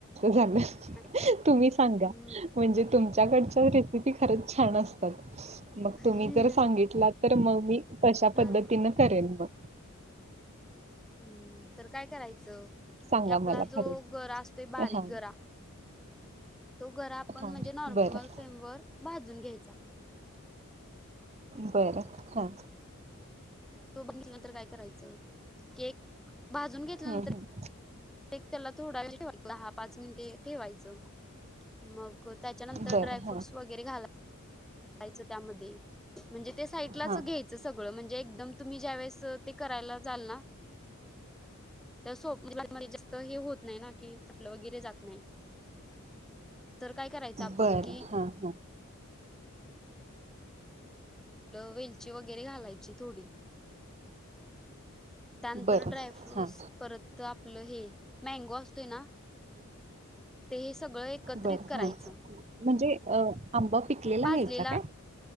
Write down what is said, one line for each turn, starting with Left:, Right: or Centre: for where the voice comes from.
Right: झालं,
Centre: काय
Right: तुम्ही सांगा
Centre: हम्म
Right: म्हणजे तुमच्याकडच्या रेसिपी खरंच छान असतात. मग
Centre: हम्म
Right: तुम्ही जर सांग सांगितला तर मग मी तशा
Centre: हा
Right: पद्धतीन करेन मग.
Centre: हम्म तर काय करायचं
Right: सांगा
Centre: की आपला
Right: मला
Centre: जो
Right: खरं
Centre: गरा असतोय बारीक
Right: हा
Centre: गरा तो गरा आपण
Right: हा
Centre: म्हणजे नॉर्मल
Right: बरं
Centre: फेम वर भाजून घ्यायचा.
Right: बरं हा
Centre: तो बनल्या नंतर काय करायचं, केक भाजून घेतल्यानंतर
Right: हम्म हम्.
Centre: एक त्याला थोडा वेळ. पाच मिनटे ठेवायचं मग त्याच्यानंतर
Right: बरं
Centre: ड्राय फ्रूट्स
Right: हां
Centre: वगैरे घाला. यच त्यामध्ये म्हणजे ते साईडलाच
Right: हां
Centre: घ्यायचं सगळं म्हणजे एकदम तुम्ही ज्यावेेळेस ते करायला जाल ना. सोप जास्त हे होत नाही ना की फटलं वगैरे जात. नाही तर काय करायचं आपण
Right: बरं
Centre: कि
Right: हां हां
Centre: वेलची वगैरे घालायची थोडी त्यानंतर
Right: बरं
Centre: ड्रायफ्रूटस
Right: हां
Centre: परत आपलं हे मँगो असतोय ना. ते. सगळ एकत्रित
Right: बरं
Centre: करायच
Right: हां म्हणजे अ, आंबा पिकलेला
Centre: भाजलेला
Right: घ्यायचा काय